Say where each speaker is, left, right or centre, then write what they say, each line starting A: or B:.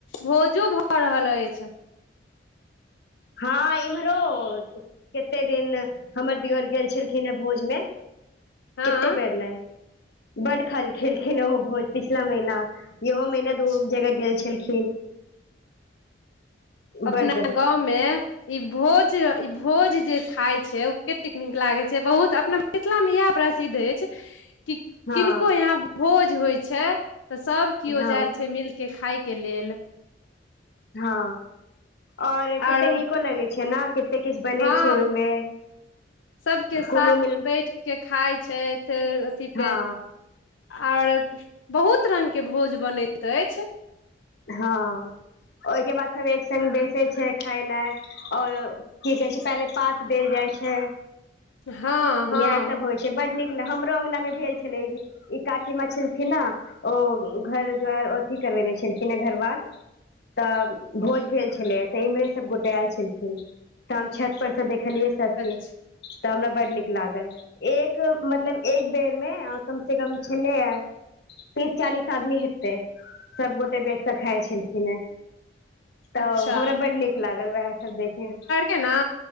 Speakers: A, on the left; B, on the left.
A: भोजो भऽ रहल अछि
B: हँ, एम्हारो कते दिन हमर दियो गेल छलखिन हे भोज मे
A: हँ
B: कते बेर ने बड़ खेलखिन ओ भोज पिछला महिना यहो मेना
A: अच्छा
B: दो जगह गेल छलखिन।
A: अपना
B: बड
A: गाव मे ई भोज ई भोज जे खाय छै ओ कतेक निक लागे छै बहुत अपना। मिथिला मे इएह प्रसिद्ध अछि
B: हँ
A: किनको यहा भोज होय छै तऽ सभ केो
B: हँ
A: जाय छै मिल के खाय के लेल
B: हँ और कते
A: आर
B: निको लगै छै ने कऽ कते किछु बनै
A: हँ
B: छै ओहिमे
A: सबके साथ
B: कोनो
A: बैठ के खाय छै फेर अथि पे
B: हँ
A: आर बहुत रंगके भोज बनैत अछि।
B: हँ ओहिके बाद सभ एक संघ बेचे छै, खाय लए आओर कि कहै छै, पहले पात देल जाइ छै
A: हँ हँ
B: इएह सभ होइ छै से बड़ निक ल हमरो अंगना मे भेल छलै ई ई काकी मछथि न ओ घर द्वार अथि करबेने छै। छलखिन घरवास तऽ भोज भेल छलै तऽ इम्हरे सभ गोटे आयल छलखिन तऽ हम छत परसँ देखलियै सभके
A: अच्छा
B: तऽ हमरा बड़ निक लागल एक मतलब एक बेरमे कम से कम छने यार तीस चालीस आदमी हेतै सबगोटे बेच कऽ खाइ छलखिन हे तऽ
A: अच्छा
B: हमरा बड्ड नीक लागल वएह सब देखे
A: के ने